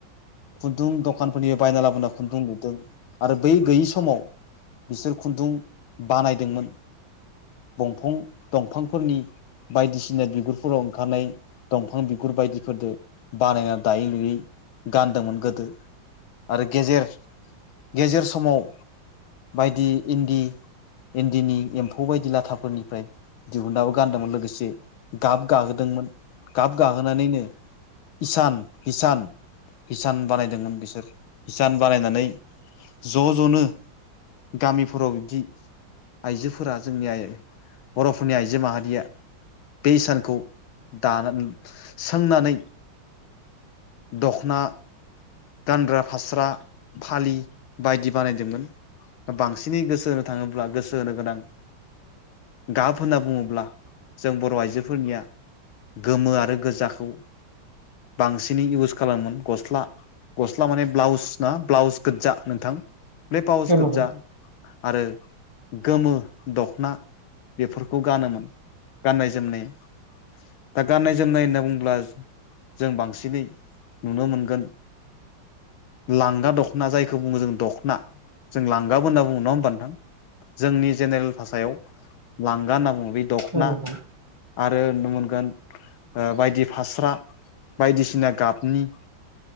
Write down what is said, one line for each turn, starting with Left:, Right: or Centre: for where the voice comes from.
Left: खुन्दुं दखानफोरनि बायना लाबोना खुन्दुं लुदों आरो बै गैयि समाव बिसोर खुन्दुं बानायदोंमोन दंफं दंफांफोरनि बायदिसिना बिगुरफोराव ओंखारनाय दंफां बिगुर बायदिफोरजों बानायना दायै लुयै गानदोंमोन गोदो। आरो गेजेर गेजेर समाव बायदि इन्दि इन्दिनि एम्फौ बायदि लाथाफोरनिफ्राय दिहुननाबो गानदोंमोन लोगोसे गाब गाहोदोंमोन गाब गाहोनानैनो हिसान हिसान हिसान बानायदोंमोन बिसोर हिसान बानायनानै ज' ज'नो गामिफोराव बिदि आइजोफोरा जोंनि आइ बर'फोरनि आइजो माहारिया बे हिसानखौ दानानै सोंनानै दख'ना गानग्रा फास्रा फालि बायदि बानायदोंमोन बां सिनै गोसो होनो थाङोब्ला गोसो होनो गोनां गाब होनना बुङोब्ला जों बर' आइजोफोरनिया गोमो आरो गोजाखौ बांसिनै इउस खालामोमोन गस्ला गस्ला माने ब्लाउस ना ब्लाउस गोजा नोंथां बे ब्लाउस
Right: औ नोंथां
Left: गोज्जा आरो गोमो दख'ना बेफोरखौ गानोमोन गाननाय जोमनाय दा गाननाय जोमनाय होनना बुङोब्ला जों बांसिनै नुनो मोनगोन। लांगा दख'ना जायखौ बुङो जों दख'ना जों लांगाबो होनना बुङो नङा होमबा नोंथां? जोंनि जेनेरेल भाषायाव लांगा होनना बुङो बे दख'ना
Right: औ नोंथां
Left: आरो नुनो मोनगोन ओ बायदि फास्रा बायदिसिना गाबनि